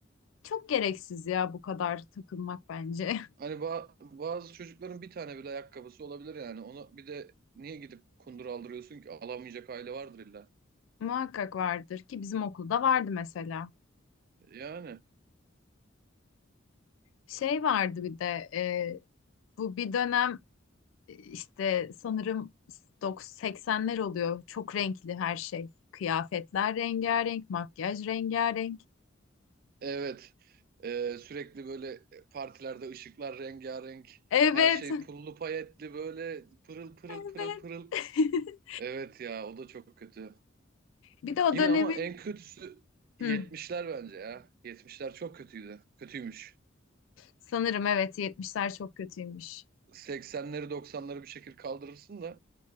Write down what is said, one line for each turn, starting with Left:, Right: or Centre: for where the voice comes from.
Left: Çok gereksiz ya bu kadar takılmak bence.
Right: Hani ba- bazı çocukların
Left: <laughs>
Right: bir tane bile ayakkabısı olabilir yani. Ona bir de niye gidip kundura aldırıyorsun ki? Alamayacak aile vardır illa.
Left: Muhakkak vardır ki bizim okulda vardı mesela.
Right: Yani.
Left: Şey vardı bir de e, bu bir dönem e, işte sanırım 90 80'ler oluyor. Çok renkli her şey. Kıyafetler rengarenk, makyaj rengarenk.
Right: Evet. Ee, sürekli böyle partilerde ışıklar rengarenk.
Left: Evet,
Right: Her şey
Left: <laughs>
Right: pullu payetli böyle pırıl pırıl
Left: evet.
Right: pırıl pırıl.
Left: <laughs>
Right: Evet ya o da çok kötü.
Left: Bir de o
Right: Yine
Left: dönemin
Right: ama en kötüsü yetmişler
Left: Hı,
Right: bence ya. yetmişler çok kötüydü. Kötüymüş.
Left: sanırım evet 70'ler çok kötüymüş.
Right: 80'leri 90'ları bir şekilde kaldırırsın da